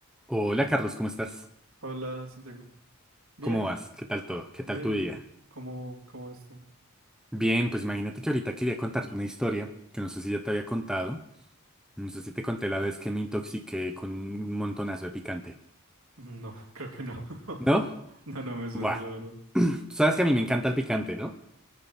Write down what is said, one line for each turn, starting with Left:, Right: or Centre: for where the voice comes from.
Centre: Hola Carlos, ¿cómo estás?
Right: Hola, Santiago. Bien,
Centre: ¿Cómo vas? ¿Qué tal todo? ¿Qué
Right: bien,
Centre: tal tu día?
Right: bien. ¿Cómo, cómo vas tú? <laughs>
Centre: Bien, pues imagínate que ahorita quería contarte una historia que no sé si ya te había contado. No sé si te conté la vez que me intoxiqué con un montonazo de picante.
Right: No, creo que no. <laughs>
Centre: ¿No?
Right: No, no me suena,
Centre: Buah.
Right: la verdad.
Centre: Tú sabes que a mí me encanta el picante, ¿no?